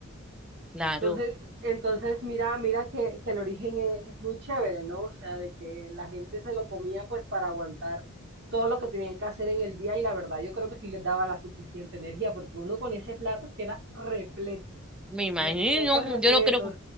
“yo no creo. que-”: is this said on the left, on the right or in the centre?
Centre